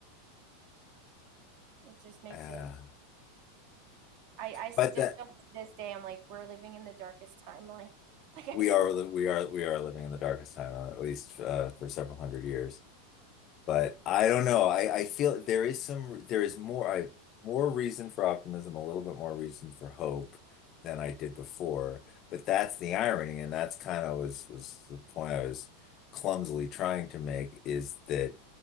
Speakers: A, on the right (about 55°); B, on the left (about 40°).
A: It just makes
B: Uh,
A: it I I still
B: but that
A: to this day I'm like we're living in the darkest timeline. <laughs> Like
B: we
A: I don't
B: are we are we are living in the darkest time uh, at least uh, for several hundred years. But I don't know. I, I feel there is some there is more I more reason for optimism, a little bit more reason for hope than I did before. But that's the irony, and that's kind of was was the point I was clumsily trying to make is that